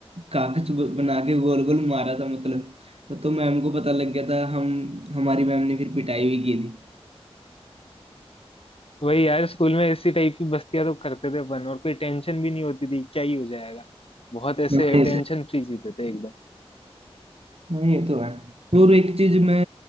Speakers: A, on the right; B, on the left.
A: कागज ब- बना के गोल गोल मारा था मतलब तो तो मैम को पता लग गया था हम हमारी मैम ने फिर पिटाई भी की थी
B: वही यार स्कूल में इसी टाइप की बस्तियां तो करते थे अपन और कोई टेंशन भी नहीं होती थी क्या ही हो जाएगा बहुत ऐसे
A: हाँ ऐसे
B: टेंशन फ्री जीते थे एकदम
A: हाँ ये तो है और एक चीज मैं